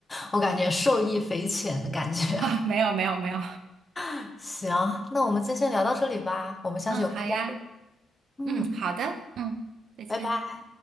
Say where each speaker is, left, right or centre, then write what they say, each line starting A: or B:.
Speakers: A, on the left; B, on the right.
A: 我感觉受益匪浅的感觉。
B: <laughs> 啊，没有没有没有，
A: <laughs> 行，那我们今天先聊到这里吧，
B: <laughs>
A: 我们下次有空再聊
B: 嗯，好呀，
A: 嗯，
B: 嗯，好的，嗯，再见。
A: 拜拜。